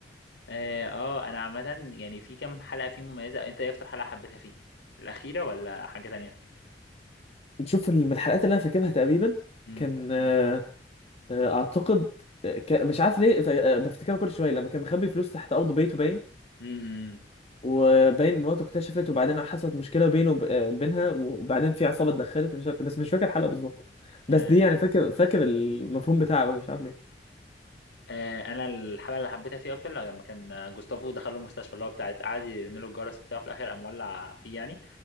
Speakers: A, on the left; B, on the left.
A: اه آه، انا عامه يعني في كام حلقه فيه مميزه انت ايه اكتر حلقه حبيتها فيه الاخيره ولا حاجه تانية
B: <laughs> تشوف من الحلقات اللي انا فاكرها تقريبا
A: م-
B: كان آه، آه، اعتقد آه، ك- مش عارف ليه ف- آه، بفتكرها كل شويه لما كان مخبي فلوس تحت ارض بيته باين
A: م- م.
B: وباين مراته اكتشفت وبعدين حصلت مشكله بينه وب- آه، بينها وبعدين في عصابه اتدخلت مش عارف إيه، بس مش فاكر الحلقه بالظبط بس
A: آه
B: دي يعني فاكر فاكر المفهوم بتاعه أوي، مش عارف ليه
A: آه انا الحلقه اللي حبيتها فيه اكتر لو لما كان جوستافو دخل له المستشفى اللي هو بتاعت قعد يرن له الجرس بتاعه في الاخر قام ولع فيه يعني